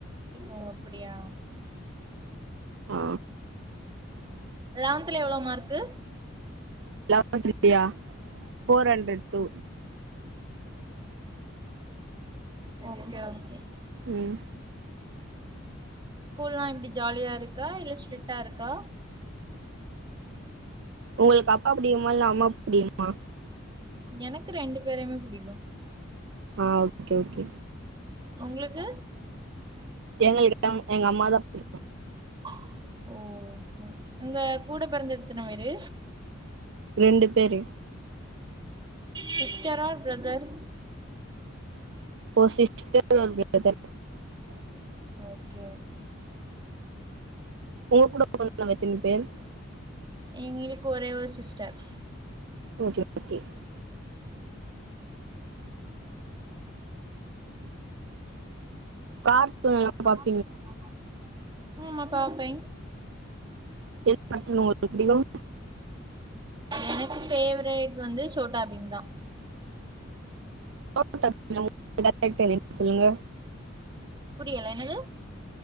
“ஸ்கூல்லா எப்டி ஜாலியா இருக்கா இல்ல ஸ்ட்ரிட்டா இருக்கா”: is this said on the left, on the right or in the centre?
Right